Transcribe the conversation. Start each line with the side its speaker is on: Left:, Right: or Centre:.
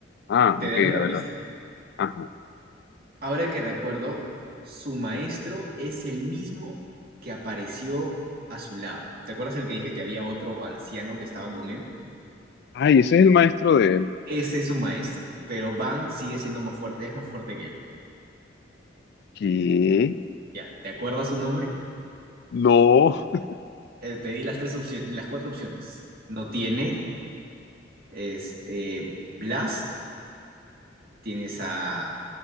Left: Ah,
Right: Te
Left: ok,
Right: daré una
Left: a ver,
Right: pista.
Left: ajá.
Right: Ahora que recuerdo, su maestro es el mismo que apareció a su lado. ¿Te acuerdas el que dije que había otro anciano que estaba con él?
Left: Ay, ese es el maestro de él.
Right: Ese es su maestro, pero Van sigue siendo más fuerte, es más fuerte que él.
Left: ¿Qué?
Right: Ya, ¿te acuerdas su nombre?
Left: No. <laughs>
Right: Eh, te di las tres opciones, las cuatro opciones. No tiene, es eh, Blast, tienes a,